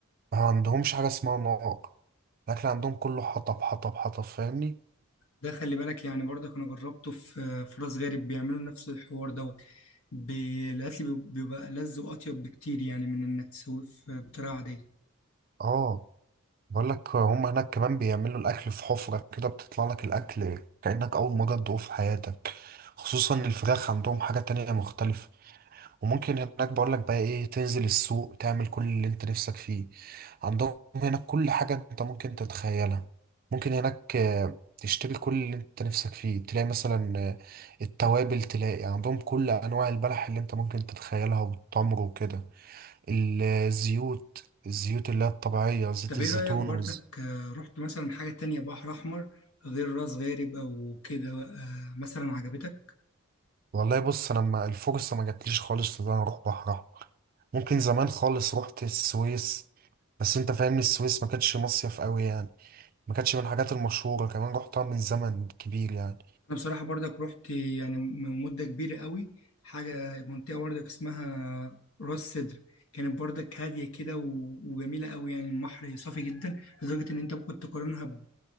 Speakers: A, on the right; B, on the left.
A: ما عندهمش حاجه اسمها نار الاكل عندهم كله حطب حطب حطب فاهمني
B: ده خلي بالك يعني برضك انا جربته في في راس غارب بيعملوا نفس الحوار دوت بي- الاكل بي- بيبقى لذ واطيب بكتير يعني من انك تسويه في بطريقه عاديه
A: اه بقول لك هم هناك كمان بيعملوا الاكل في حفره كده بتطلع لك الاكل كانك اول مره تدوقه في حياتك خصوصا الفراخ عندهم حاجه تانية مختلفه وممكن هناك بقول لك بقى ايه تنزل السوق تعمل كل اللي انت نفسك فيه عندهم هناك كل حاجة انت ممكن تتخيلها ممكن هناك آه، تشتري كل اللي انت نفسك فيه تلاقي مثلا آه، التوابل تلاقي عندهم كل انواع البلح اللي انت ممكن تتخيلها والتمر وكده الزيوت الزيوت اللي هي الطبيعية زيت
B: طب
A: الزيتون
B: ايه رايك برضك
A: والز...
B: آه، رحت مثلا حاجه تانية بحر احمر غير راس غارب او كده آه، مثلا عجبتك
A: والله بص انا ما الفرصة ما جاتليش خالص ان انا اروح بحر احمر ممكن زمان خالص رحت السويس بس انت فاهمني السويس ما كانتش مصيف قوي يعني ما كانتش من الحاجات المشهورة كمان رحتها من زمن كبير يعني
B: انا بصراحه برضك رحت يعني من مده كبيره قوي حاجه منطقه برضك اسمها راس سدر كانت برضك هاديه كده و- وجميله قوي يعني البحر صافي جدا لدرجه ان انت ممكن تقارنها